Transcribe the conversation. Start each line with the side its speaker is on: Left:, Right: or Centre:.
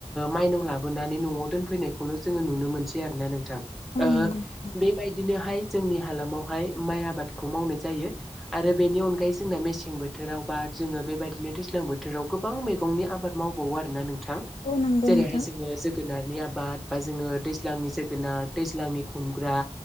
Centre: माइनाव लाबोनानै न'आव दोनफैनायखौल' जोङो नुनो मोनसै आरो ना नोंथां।
Left: औ नंगौ
Centre: ओ
Left: नोंथां
Centre: बेबायदिनोहाय जोंनि हालामावहाय माइ आबादखौ मावनाय जायो। आरो बेनि अनगायै जोंना मेसें बोथोराव बा जोङो बेबायदिनो दैज्लां बोथोराव गो गोबां मैगंनि आबाद मावबावो आरोना नोंथां
Left: औ नंगौ
Centre: जेरैहाय
Left: नोंथां
Centre: जोङो जोगोनारनि आबाद बा जोङो दैज्लांनि जोगोनार दैज्लांनि खुमग्रा